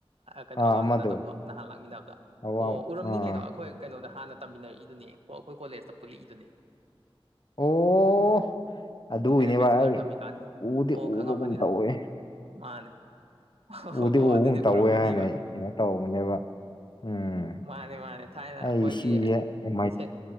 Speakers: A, on the right; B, on the left.
A: ꯀꯩꯅꯣ
B: ꯑꯥ
A: ꯑꯋꯥꯡꯕ
B: ꯑꯃꯗꯣ
A: ꯅꯠꯇꯕꯗꯣ ꯅꯍꯥꯟ ꯂꯥꯛꯃꯤꯟꯅꯕꯗ
B: ꯑꯋꯥ
A: ꯑꯣ ꯎꯔꯝꯅꯤ
B: ꯑꯥ
A: ꯀꯩꯅꯣ ꯑꯩꯈꯣꯏ ꯀꯩꯅꯣꯗ ꯍꯥꯟꯅ ꯇꯝꯃꯤꯟꯅꯔꯛꯏꯗꯨꯅꯦ ꯑꯩꯈꯣꯏ ꯀꯣꯂꯦꯖꯇ ꯄꯨꯜꯂꯛꯏꯗꯨꯅꯦ
B: ꯑꯣ ꯑꯗꯨꯒꯤꯅꯦꯕ
A: ꯑꯩꯅ ꯕꯦꯆ‌ꯦꯂꯔ
B: ꯑꯩ
A: ꯇꯝꯃꯤꯀꯥꯟ
B: ꯎꯗꯤ
A: ꯑꯣ ꯈꯪꯉꯝꯃꯅꯤꯗ
B: ꯎꯕꯒꯨꯝ ꯇꯧꯋꯦ
A: ꯃꯥꯅꯦ ꯑꯣ
B: ꯎꯗꯤ
A: ꯑꯣ ꯑꯗꯨꯅꯦ
B: ꯎꯒꯨꯝ ꯇꯧꯋꯦ
A: ꯎꯔꯝꯃꯅꯤꯕ
B: ꯍꯥꯏꯅ ꯑꯩ ꯀꯩꯅꯣ ꯇꯧꯕꯅꯦꯕ ꯎꯝ
A: ꯃꯥꯅ‌ꯦ ꯃꯥꯅ‌ꯦ ꯊꯥꯏꯅ
B: ꯑꯩ
A: ꯑꯩꯈꯣꯏꯒꯤ
B: ꯁꯤꯁꯦ ꯑꯦꯃꯥꯏ
A: ꯁ‌ꯦ